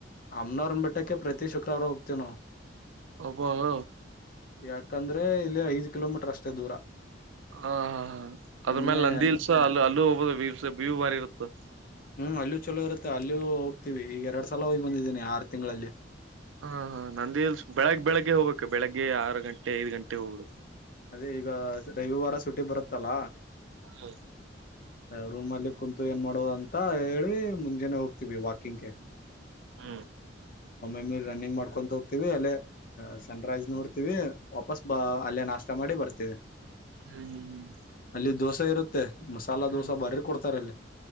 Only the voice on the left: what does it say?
ಅಮ್ನವರ್ ಬಿಟ್ಟಕ್ಕೆ ಪ್ರತಿ ಶುಕ್ರವಾರ ಹೋಗ್ತವ ನ
ಯಾಕಂದ್ರೆ ಇಲ್ಲಿ ಐದ್ ಕಿಲೋಮೀಟರ್ ಅಷ್ಟೇ ದೂರ
ಸುಮ್ನೆ
ಹ್ಮ್ ಅಲ್ಲೂ ಚಲೋ ಇರುತ್ತೆ ಅಲ್ಲಯೂ ಹೋಗ್ತೀವಿ ಈಗ ಎರಡ್ ಸಲ ಹೋಗಿ ಬಂದಿದ್ದೀನಿ ಆರು ತಿಂಗಳಲ್ಲಿ
ಅದೇ ಈಗ ರವಿವಾರ ಸುಟಿ ಬರುತ್ತಲ್ಲ
ರೂಮ್ಲ್ಲಿ ಕುಂತು ಏನ್ ಮಾಡೋದು ಅಂತ ಹೇಳಿ ಮುಂಜೆನನೆ ಹೋಗ್ತೀವಿ ವಾಕಿಂಗ್ಗೆ
ಒಮ್ಮೆ ಮೀರ್ ರನ್ನಿಂಗ್ ಮಾಡ್ಕೊಂತ ಹೋಗ್ತಿವಿ ಅಲ್ಲೇ ಸನ್ರೈಸ್ ನೋಡ್ತಿವಿ ವಾಪಸ್ ಬ ಅಲ್ಲೇ ನಾಷ್ಟ ಮಾಡಿ ಬರ್ತಿದೆ
ಇಲ್ಲಿ ದೋಸೆ ಇರುತ್ತೆ ಮಸಾಲ ದೋಸೆ
ಬಾರಿ ಕೊಡ್ತಾರೆ ಅಲ್ಲಿ